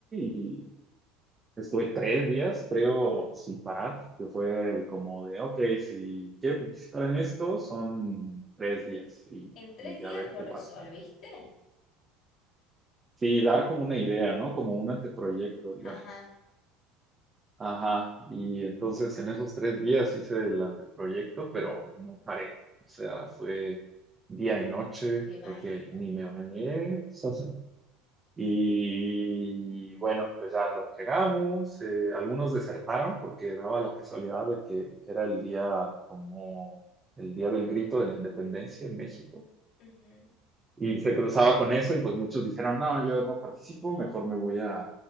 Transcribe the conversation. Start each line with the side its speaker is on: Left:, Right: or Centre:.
Right: y estuve tres días, creo, sin parar, que fue como de, ok, si quiero participar en esto, son tres días y,
Left: ¿En tres
Right: y
Left: días
Right: a ver
Left: lo
Right: qué
Left: resolviste?
Right: pasa, ¿no? Sí, dar como una idea, ¿no? Como un anteproyecto, digamos.
Left: Ajá,
Right: Ajá, y entonces en esos tres días hice el anteproyecto, pero no paré. O sea, fue día y noche,
Left: me
Right: creo
Left: imagino.
Right: que ni me bañé. <laughs> Y bueno, pues ya lo entregamos. eh, algunos desertaron porque daba la casualidad de que era el día como el día del grito de la independencia en México.
Left: Ujú.
Right: Y se cruzaba con eso y pues muchos dijeron, no, yo no participo, mejor me voy a,